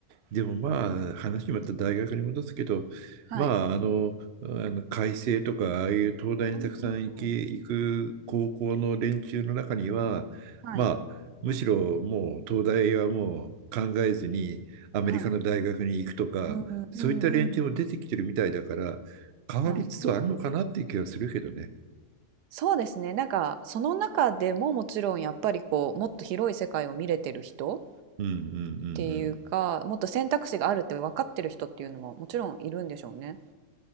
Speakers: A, on the right; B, on the right.
A: でもまあ話また大学に戻すけど、
B: はい。
A: まああの、あの開成とかああいう東大にたくさん行き、
B: うんうんうん。
A: 行く高校の連中の中には、
B: はい。
A: まあむしろもう東大はもう考えずにアメリカの大学に行くとか、
B: はい。うんうんうんうん。
A: そういった連中も出てきてるみたいだから、変わりつつあるのかなっていう気はするけどね。
B: はい。そうですね。なんかその中でももちろんやっぱりこうもっと広い世界を見れてる人っ
A: うんうんうんう
B: ていうか、
A: ん。
B: もっと選択肢があるって分かってる人っていうのももちろんいるんでしょうね。